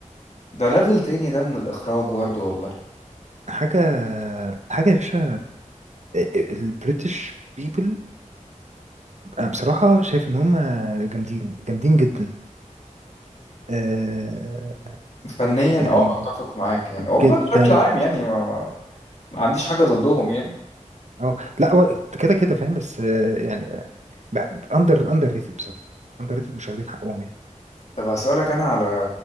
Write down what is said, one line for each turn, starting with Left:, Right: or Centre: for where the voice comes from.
Left: ده ليفل تاني ده من الاخراج برضه والله
Right: حاجه حاجه يا باشا البريتش بيبل انا بصراحه شايف ان هم جامدين جامدين جدا آه،
Left: فنيا
Right: يعني
Left: اه اتفق معاك يعني هو
Right: جدا
Left: لا بشكل عام يعني ما, ما عنديش حاجه ضدهم يعني
Right: اه لا هو كده كده فاهم بس آه، يعني اندر اندر ريتد بصراحه اندر ريتد مش واخدين حقهم يعني
Left: طب هسألك انا على